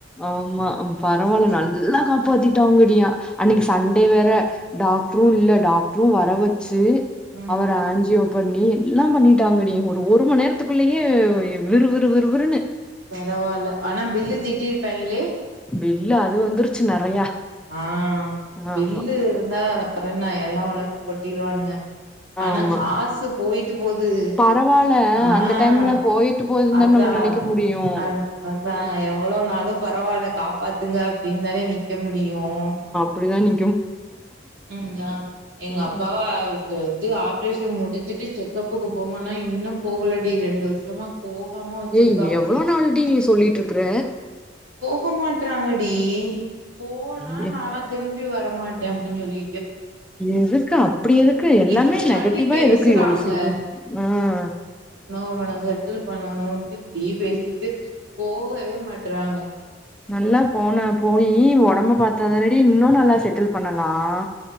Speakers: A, in the centre; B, on the right.
A: ஆமா பரவாயில்ல
B: சேரி
A: நல்லா காப் பாத்திட்டாங்கா அன்னைக்கு சண்டே வேற டாக்டரும் இல்ல டாக்டரும் வர வச் சு
B: ம்
A: அவர் ஆன்ஜியோக்கு பண்ணி எல்லா பண்ணிட்டாங்க டி ஒரு மணி நேரத்துக்குள்ளயே விறுவிறு விறுவிறுன்னு
B: பரவாயில்ல ஆனா பில்லு தீட்டி பாங்களே
A: பல்லு அது வந்துருச்சு நெறையா
B: ஆஹ் பில்லு
A: ஆமா
B: இருந்தா அப்புறம் என்ன எல்லா உழ கொட்டிருவானுங்க
A: ஆமா
B: ஆனா காசு போயிட்டு போகுது
A: பரவால்ல
B: ஆஹ்
A: அந்த டைம்ல போயிட்டு போதுன்னு
B: அதான்
A: தான நம்ம நெனைக்க முடியு
B: அ அதான் எவ்ளோ நாளும் பரவாயில்ல காப்பாத்துங்க அப்டின்னு தானே நிக்க மு டியும்
A: அப்டிதானி
B: உம் எங்க
A: ம்
B: அப்பாவா
A: ம்
B: இது ஆப் ஆப்ரேஷன் முடிச்சிட்டு செக்கப்புக்கு போங்கன்னா இன்னும் போகலடி ரெண்டு வருஷமா போகாம வச்சிருக்காங்கடி
A: ஏய் எங்ளே நாளு டி நீ சொல்லிட்டு இருக்குற
B: போ மாட்டுறாங்க டி போனா
A: ஐய
B: நா எல்லா திரும்பி வர் வர மாட்டேன் அப்டின்னு சொல்லி
A: எதுக்கு அப்டி எதுக்கு எல்லாமே
B: இப்டி தாண்டி
A: நெகட்டிவா
B: பேசுறாங்க
A: எதுக்கு யோசிக்கும் ஆஹ
B: அவன செட்டில் பண்ணணும் இப்படி பேசிட்டு போகவே மாட்டறாங்க
A: நல்லா போனே போயி உடம்ப பத்தா தானடி இன்னும் நல்லா செட்டில் பண்ணலாம்